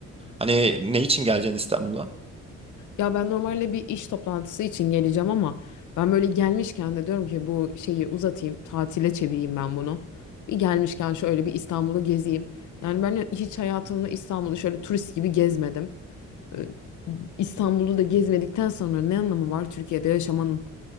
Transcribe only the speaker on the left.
Ya ben normalde bir iş toplantısı için geleceğim ama ben böyle gelmişken de diyorum ki bu şeyi uzatayım, tatile çevireyim ben bunu. Bir gelmişken şöyle bir İstanbul'u gezeyim. Yani ben hiç hayatımda İstanbul'u şöyle turist gibi gezmedim. Ee, İstanbul'u da gezmedikten sonra ne anlamı var Türkiye'de yaşamanın?